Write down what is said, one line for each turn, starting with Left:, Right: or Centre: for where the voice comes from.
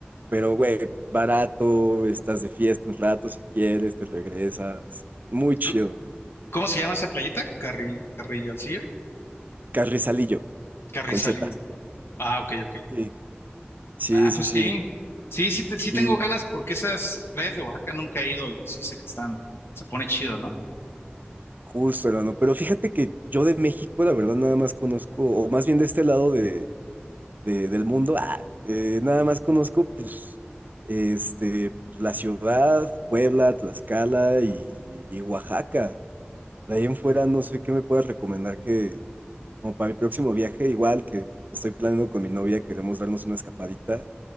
Right: Pero, güey, barato, estás de fiesta un rato si quieres, te regresas. Muy chido.
Left: C- ¿Cómo se llama esa playita? Carri, Carrillalcillo.
Right: Carrizalillo,
Left: Carrizalillo.
Right: con Z.
Left: Ah, ok, ok.
Right: Sí, sí,
Left: Ah,
Right: sí,
Left: pues
Right: sí.
Left: sí. Sí, sí, te- sí tengo
Right: Y
Left: ganas porque esas playas de Oaxaca nunca he ido y sí sé que están, se pone chido, ¿no?
Right: justo, hermano. Pero fíjate que yo de México, la verdad, nada más conozco, o más bien de este lado de, de- del mundo. Ah, eh, nada más conozco, pues, este, pues, la ciudad, Puebla, Tlaxcala y, y Oaxaca. De ahí en fuera no sé qué me puedas recomendar que, como para mi próximo viaje, igual que estoy planeando con mi novia, queremos darnos una escapadita.